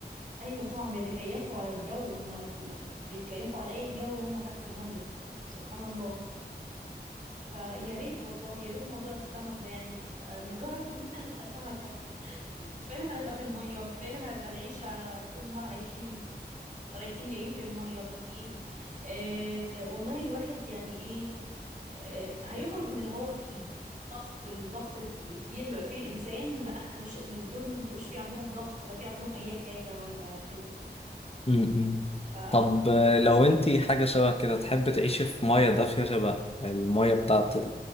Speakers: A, on the right; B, on the left.
A: ايوه طبعا بيتكيفوا على الجو هم بيتكيفوا على اي جو هم تحت المية سبحان الله فيا ريت والله يا ريت موضوع السمك ده يعني نبقى نجرب ان احنا نبقى سمكة <laughs> كفاية ان احنا نبقى في المية وكفاية ان احنا نبقى العيشة طول النهار عايشين رايحين جايين في المية طافيين آه والله الواحد يعني ايه آه هيخرج من اللي هو فيه ضغط الضغط الكت- الكبير اللي بقى فيه الإنسان لا احنا مش دول ما بيبقوش في عندهم ضغط ولا في عندهم أي حاجة ولا كده
B: م-م.
A: ف
B: طب آه، لو انتي حاجة شبه كده تحب تعيشي في مية دافية شبه المية بتاعت